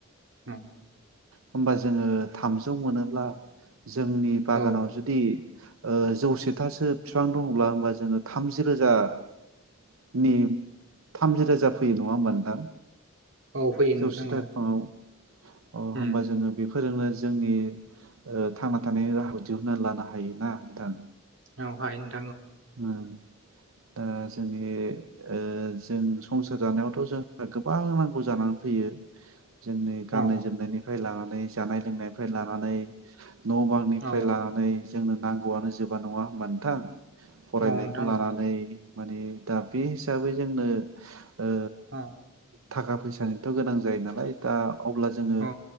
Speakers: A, on the right; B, on the right.
A: उम,
B: होमबा जोङो थामजौ मोनोब्ला जोंनि बागानाव
A: औ
B: जुदि ओ जौसेथासो बिफां दङब्ला होमबा जोङो थामजि रोजानि थामजि रोजा फैयो नङा होमबा नोंथां?
A: औ फैयो
B: जौसेथा
A: नोंथां औ
B: बिफाङाव अ
A: उम,
B: होमबा जोङो बे फोरजोंनो जोंनि ओ थांना थानायनि राहाखौ दिहना लानो हायो ना नोंथां।
A: औ हायो नों
B: ओ दा जोंनि ओ‌ जों संसार जानायावथ' जोंहा गोबां नांगौ जानानै फैयो। जोंनि गाननाय
A: औ
B: जोमनायनिफ्राय लानानै नै जानाय लोंनायनिफ्राय लानानै न' बांनिफ्राय
A: औ
B: लानानै जोंनो नांगौआनो जोबा नङा होमबा नोंथां? फरायनायखौ
A: औ नोंथां
B: लानानै
A: औ
B: माने दा बे हिसाबै जोंनो ओ
A: औ।
B: थाखा फैसानिथ' गोनां जायो नालाय दा। अब्ला जोङो
A: औ